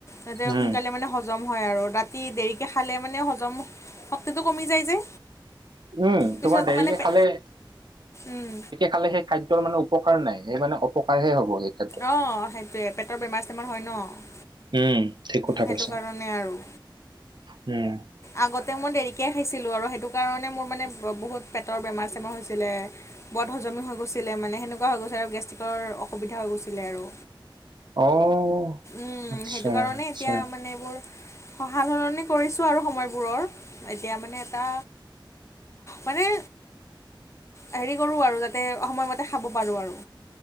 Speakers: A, on the left; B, on the right.
A: তাতে
B: উম,
A: সোনকালে মানে হজম হয় আৰু ৰাতি দেৰিকে খালে মানে হজম শক্তিটো কমি যায় যে?
B: উম,
A: পিছত
B: তোমাৰ দেৰিকে
A: মানে পে
B: খালে
A: উম
B: খালে সেই খাদ্যৰ মানে উপকাৰ নাই সেই মানে অপকাৰহে হ'ব সেই খাদ্য।
A: অ' সেইটোৱে পেটৰ বেমাৰ চেমাৰ হয় ন,
B: উম, ঠিক কথা
A: সেইটো
B: কৈছা।
A: কাৰণে আৰু
B: উম।
A: আগতে মই দেৰিকৈ খাইছিলোঁ আৰু সেইটো কাৰণে মোৰ মানে বহুত পেটৰ বেমাৰ চেমাৰ হৈছিলে। বৰ হজমি হৈ গৈছিলে মানে সেনেকুৱা হৈ গৈছিল আৰু গেষ্ট্ৰিকৰ অসুবিধা হৈ গৈছিলে আৰু।
B: অ',
A: উম
B: আচ্ছা,
A: সেইটো কাৰণে
B: আচ্ছা।
A: এতিয়া মানে এইবোৰ স সাল সলনি কৰিছোঁ। আৰু সময়বোৰৰ এতিয়া মানে এটা মানে হেৰি কৰো আৰু যাতে সময়মতে খাব পাৰো আৰু।